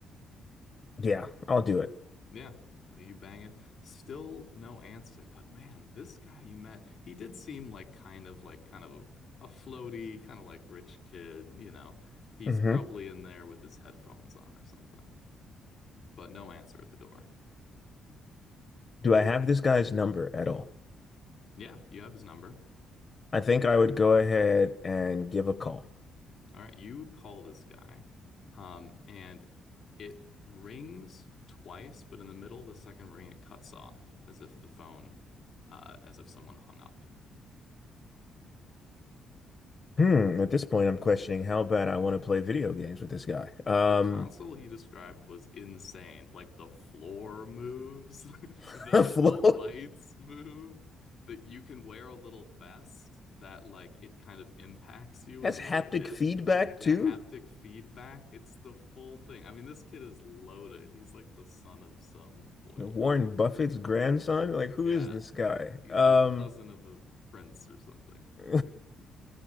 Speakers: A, on the left; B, on the left.
A: Yeah, I'll do it.
B: Yeah, no, you bang it. Still no answer. But man, this guy you met, he did seem like kind of like kind of a floaty, kind of like rich kid, you know. He's
A: hmm
B: probably in there with his headphones on or something. But no answer at the door.
A: Do I have this guy's number at all?
B: Yeah, you have his number.
A: I think I would go ahead and give a call.
B: All right, you call this guy. Um, and it rings twice, but in the middle of the second ring, it cuts off as if the phone, uh, as if someone hung up.
A: Hmm, at this point, I'm questioning how bad I want to play video games with this guy. Um,
B: The console he described was insane. Like the floor moves, <laughs>
A: <laughs>
B: the
A: a floor
B: the lights move, that you can wear a little vest that like it kind of impacts you when
A: has
B: you
A: haptic
B: get hit.
A: feedback
B: Yeah,
A: too?
B: haptic feedback. It's the full thing. I mean, this kid is loaded. He's like the son of some oil
A: Warren
B: baron
A: Buffett's
B: or something.
A: grandson? Like, who
B: Yeah,
A: is this guy?
B: he's
A: Um,
B: a cousin of a prince or something. <laughs>
A: <laughs>